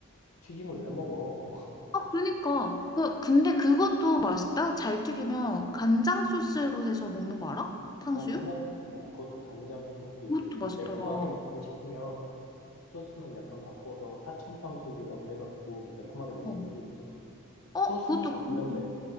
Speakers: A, on the left (about 70°); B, on the left (about 15°).
A: 튀김을 왜 먹어?
B: 아, 그러니까. 그, 근데 그것도 맛있다. 잘 튀기면 간장
A: <laughs>
B: 소스로 해서 먹는 거 알아? 탕수육?
A: 어, 간장, 어, 그것도 간장 탕수육도
B: 그것도
A: 있고,
B: 맛있더라.
A: 매콤하게
B: 어,
A: 먹고 싶으면 소스만 약간 바꿔서 사천 탕수육이라고 해갖고, 매콤하게 먹을
B: 어.
A: 수도 있어.
B: 어,
A: 소스만
B: 그것도.
A: 바꾸면
B: 궁금해.
A: 돼.